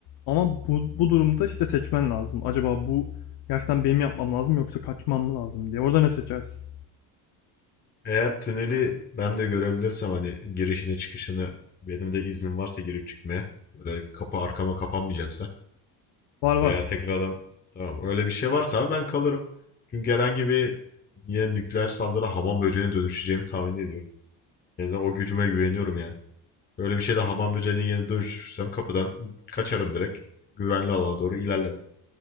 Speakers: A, on the left (about 60°); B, on the left (about 20°).
A: Ama bu, bu durumda işte seçmen lazım. Acaba bu gerçekten benim yapmam lazım yoksa kaçmam mı lazım diye. Orada ne seçersin?
B: Eğer tüneli ben de görebilirsem hani girişini çıkışını benim de iznim varsa girip çıkmaya böyle kapı arkama kapanmayacaksa
A: Var var.
B: veya tekrardan tamam öyle bir şey varsa abi ben kalırım. Çünkü herhangi bir yine nükleer saldırı hamam böceğine dönüşeceğimi tahmin ediyorum. En azından o gücüme güveniyorum yani. Öyle bir şeyde hamam böceğine yine dönüşürsem kapıdan kaçarım direkt. Güvenli alana doğru ilerlerim.